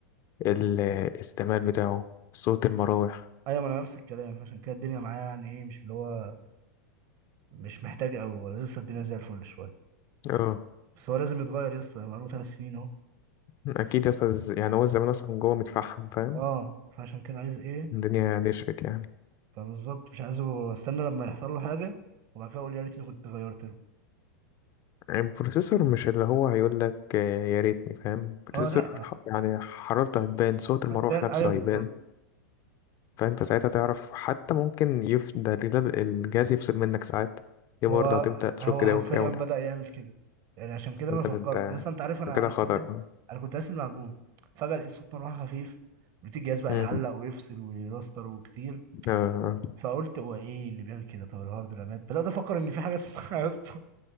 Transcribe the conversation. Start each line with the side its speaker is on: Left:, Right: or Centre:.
Left: الاستعمال بتاعه صوت المراوح
Right: ايوه ما انا نفس الكلام فعشان كده الدنيا معايا يعني ايه مش اللي هو مش محتاج قوي لسه الدنيا زي الفل شويه
Left: اه
Right: بس هو لازم يتغير يا اسطى بقاله ثلاث سنين اهو
Left: اكيد يا اسطى ز- يعني هو زمان اصلا جوه متفحم فاهم
Right: اه فعشان كده عايز ايه
Left: الدنيا نشفت يعني
Right: فبالظبط مش عايزه استنى لما يحصل له حاجه وبعد كده اقول يا ريتني كنت غيرت له
Left: يعني البروسيسور مش اللي هو هيقول لك آه، يا ريتني فاهم البروسيسور
Right: اه لا
Left: ح- يعني حرارته هتبان صوت المراوح
Right: هتبان
Left: نفسه
Right: ايوه بالظبط
Left: هيبان فاهم فساعتها تعرف حتى ممكن يف ده ليه- ده الجهاز يفصل منك ساعات دي
Right: هو
Left: برضه هتبدأ تشك
Right: هو حرفيا
Left: داون في أول
Right: بدأ
Left: حاجة
Right: يعمل كده يعني عشان كده
Left: كده
Right: انا
Left: وتقول
Right: فكرت
Left: يا ولد
Right: يا اسطى انت عارف انا
Left: انت كده
Right: عرفت
Left: خطر
Right: ازاي انا كنت قاسي المعجون فجأة لقيت صوت مروحة خفيف لقيت الجهاز بقى
Left: مم.
Right: يعلق ويفصل ويراستر وكتير
Left: آه.
Right: فقلت هو ايه اللي بيعمل كده طب الهارد رامات بدأت افكر ان في حاجة اسمها يا اسطى